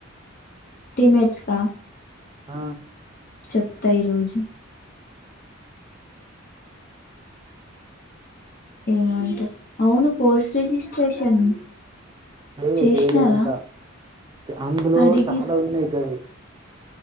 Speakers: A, on the left; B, on the right.
A: టీమేట్స్ కా
B: ఆ
A: చెప్తా ఈరోజు ఏమంటా అవును కోర్స్ రిజిస్ట్రేషన్
B: లే
A: చేసినారా
B: చేయలే ఇంకా అందులో
A: అడిగిరా
B: చాలా ఉన్నాయి గవి